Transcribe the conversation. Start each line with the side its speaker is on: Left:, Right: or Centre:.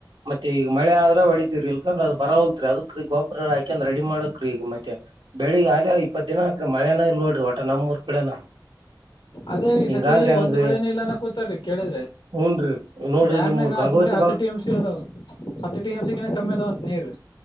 Right: ಮತ್ತೆ ಈಗ ಮಳೆ ಆದ್ರೆ ಹೊಡೀವ್ರರಿ ಇಕಂದ್ರೆ ಅ ಬರ ಹೊಲ್ತ್ರಿ ಅದಕ್ ಗೊಬ್ಬರ ಹಾಕ ಅಂದ್ರ ರೆಡಿ ಮಾಡ ಕ್ರಿ ಈಗ ಮತ್ತೆ ಬೆಳಿಗ್ ಆಲ್ ಇಪ್ಪತ್ ದಿನ ಹತ್ರಿ ಮಳೆನ ನೋಡ್ರಿ ಒಟ ನಮ್ೂಊರ್ ಕಡೆನ
Left: ಅದೇ ರೀ
Right: ಹಿಂಗಾದ್ರಿ
Left: ಸತಿ
Right: ಹೆಂಗ್ರಿ
Left: ಒಂದ್ ಬೆಳೆನ ಇಲ್ಲಾನ ಕೂತಾರಿ ಕೇಳಿದ್ರೆ
Right: ಹೂನ್ರಿ ನೋಡ್ರಿ
Left: ಡ್ಯಾಮ್ನಾಗ
Right: ನಿಮ್ ಗಂಗಾವತಿ
Left: ಹತ್ ಬರ ಹತ್ತು
Right: ಬಾಗ್
Left: ಟಿ ಎಂ ಸಿ ಅದಾವ ಹತ್ತು ಟಿ ಎಂ ಸಿಗ ಕಮ್ಮಿ ಅದಾವಂತ ನೀರು